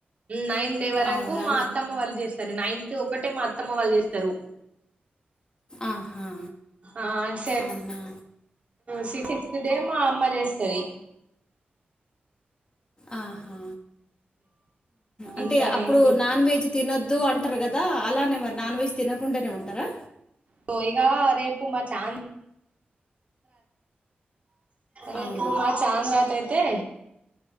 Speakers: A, on the right (about 40°); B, on the left (about 25°).
A: నైన్త్ వరకు
B: అవునా
A: మా అత్తమ్మ వాళ్ళు చేస్తారు నైన్త్ ఒకటే మా అత్తమ్మ వాళ్ళు చేస్తారు
B: ఆహా
A: ఆ సె
B: అవునా
A: సిక్స్త్ డే మా అమ్మ చేస్తది
B: ఆహా అంటే
A: ఇంకా
B: అప్పుడు
A: ఏంటి
B: నాన్ వెజ్ తినొద్దు అంటారు కదా అలానే మ నాన్ వెజ్ తినకుండానే ఉంటారా
A: సో ఇగా రేపు మా చాంద్ర రేపు
B: అవును
A: మా చాంద్రాకి అయితే